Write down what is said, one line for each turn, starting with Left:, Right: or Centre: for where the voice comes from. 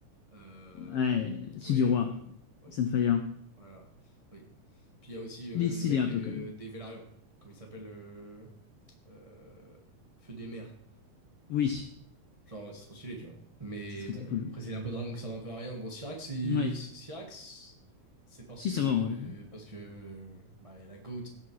Right: euh,
Left: Ouais, c'est
Right: oui,
Left: du
Right: euh,
Left: roi.
Right: oui,
Left: Sunfire.
Right: voilà, oui. Puis il y a aussi euh,
Left: Il
Right: même
Left: est stylé
Right: le mec
Left: un peu
Right: euh,
Left: quand même.
Right: des Vélarions, comme il s'appelle euh, euh, Feu des mers.
Left: Oui,
Right: Genre, c'est trop stylé, tu vois. Mais
Left: c'est trop
Right: bon,
Left: trop cool.
Right: après, c'est un peu de dragon qui servent un peu à rien. Bon, Syrax, c'est,
Left: Oui.
Right: Syrax, c'est parce
Left: Si,
Right: que,
Left: ça va en vrai.
Right: parce que, bah, il y a la GOAT,